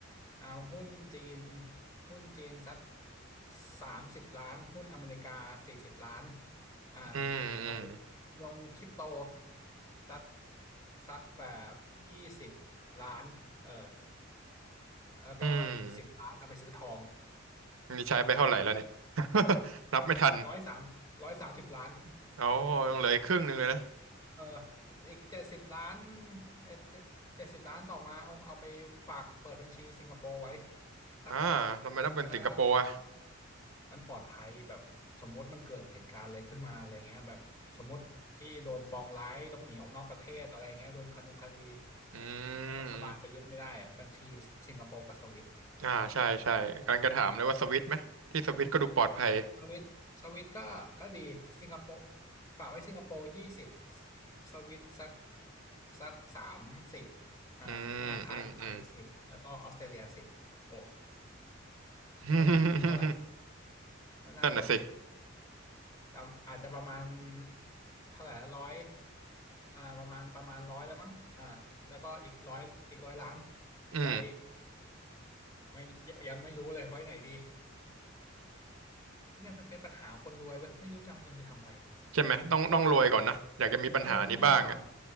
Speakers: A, on the left; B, on the right.
A: เอาหุ้นจีนหุ้นจีนสักสามสิบล้านหุ้นอเมริกาสี่สิบล้านอ่า
B: อืมอืม
A: แล้วก็ลงคริปโตสักสักแบบยี่สิบล้านเออ แล้วก็อีกสิบล้านเอาไปซื้อทอง
B: อืมนี่ใช้ไปเท่าไหร่แล้วเนี่ย <laughs> นับไม่ทัน
A: ร้อยสามร้อยสามสิบล้าน
B: โอ้ยังเหลืออีกครึ่งหนึ่งเลยนะ
A: เอออีกเจ็ดสิบล้านเอ่อเจ็ดสิบล้านต่อมาเอาเอาไปฝากเปิดบัญชีสิงคโปร์ไว้สัก
B: อ่าทำไมต้องเป็นสิงคโปร์อ่ะ
A: ถ้ามันปลอดภัยแบบสมมติมันเกิดเหตุการณ์อะไรขึ้นมาอะไรเงี้ยแบบสมมติพี่โดนปองร้ายต้องหนีออกนอกประเทศอะไรเงี้ยโดนคดงคดี
B: อื
A: รัฐบาลไปยึดไม่ได้อะบัญชีสิงคโปร์กับสวิต
B: ม อ่าใช่ใช่กำลังจะถามเลยว่าสวิตช์ไหมที่สวิตช์ก็ดูปลอดภัย
A: สวิตสวิตก็ก็ดีสิงคโปร์ฝากไว้สิงคโปร์ยี่สิบสวิตสักสักสามสิบอ่าธนาคารไทยสิบแล้วก็ออสเตรเลียสิบโอ้
B: อืมอืมอืม <laughs>
A: เออเท่าไหร่น่าจะ
B: นั่นน่ะสิ
A: จำอาจจะประมาณเท่าไหร่ร้อยอ่าประมาณประมาณร้อยแล้วมั้งอ่าแล้วก็อีกร้อยอีกร้อยล้าน
B: อืม
A: ไว้ไม่ยังยังไม่รู้เลยไว้ไหนดีเนี่ยมันเป็นปัญหาคนรวยเว้ยไม่รู้จะเอาเงินไปทำอะไร
B: ใช่ไหมต้องต้องรวยก่อนนะอยากจะมีปัญหานี้บ้างอ่ะ
A: โอ้ต้องรวยก่อน